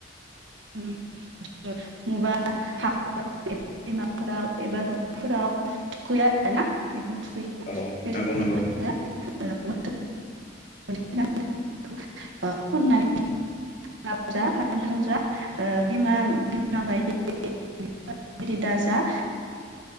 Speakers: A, on the right; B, on the left.
A: <unintelligible> फोराव थुखैयो आरोना बेखौ
B: औ
A: थुखैयो
B: नंगौ नंगौ
A: बेखौ थुखैय <unintelligible> <unintelligible> बिमा बिमा बायदि दाजा